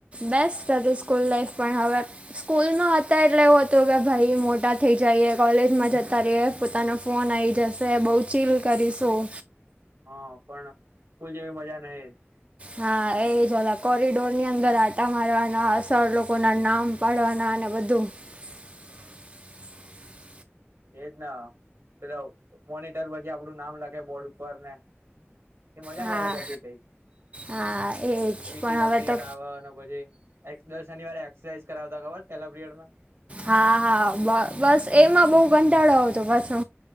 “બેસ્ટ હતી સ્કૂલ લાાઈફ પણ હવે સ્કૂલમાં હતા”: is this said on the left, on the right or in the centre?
Right